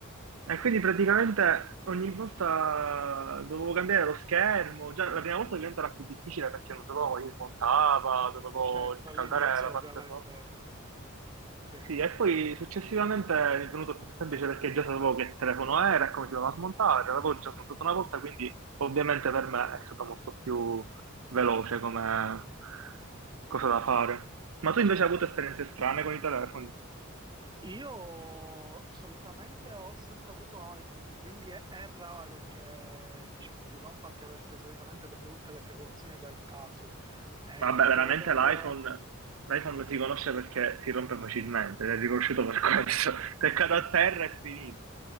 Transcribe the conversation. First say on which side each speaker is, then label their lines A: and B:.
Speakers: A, on the right; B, on the right.
A: E quindi praticamente ogni volta dovevo cambiare lo schermo, già la prima volta diventava più difficile perché non sapevo come li smontava, dovevo
B: Certo,
A: riscaldare
B: all'inizio
A: la
B: ovviamente,
A: parte sopra.
B: sì,
A: Sì, e poi successivamente mi è venuto più semplice perché già sapevo che telefono era e come si doveva smontare, l'avevo già smontato una volta, quindi ovviamente per me è stato molto più veloce come cosa da fare. Ma tu
B: certo.
A: invece hai avuto esperienze strane con i telefoni?
B: Io solitamente ho sempre avuto iPhone, quindi è, è raro che, diciamo, si rompa anche perché solitamente prendo tutte le precauzioni del caso. Eh,
A: Vabbè,
B: cover.
A: veramente l'iPhone l'iPhone si conosce perché si rompe facilmente, ed è riconosciuto per questo. <laughs> Se cade a terra è finito.